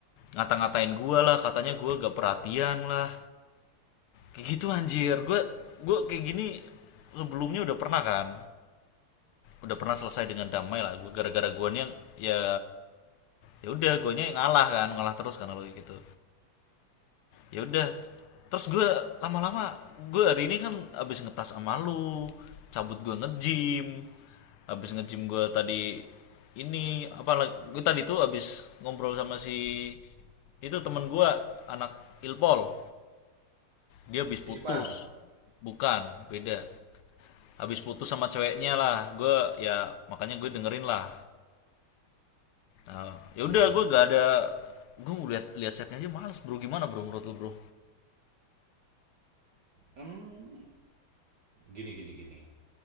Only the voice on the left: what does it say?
ngata-ngatain gue lah katanya gue gak perhatian lah kayak gitu anjir gue gue kayak gini sebelumnya udah pernah kan udah pernah selesai dengan damai lah gue gara-gara gua nih yang ya ya udah guanya ngalah kan ngalah terus karena lo gitu ya udah terus gue lama-lama gue hari ini kan abis ngetas sama lu cabut gue nge-gym abis nge-gym gue tadi ini apa gue tadi tuh abis ngobrol sama si itu teman gue anak ilpol dia abis
putus
bukan beda abis putus sama ceweknya lah gue ya makanya gue dengerin lah Nah, ya
udah gue gak ada gue lihat lihat chatnya aja males bro gimana bro menurut lu bro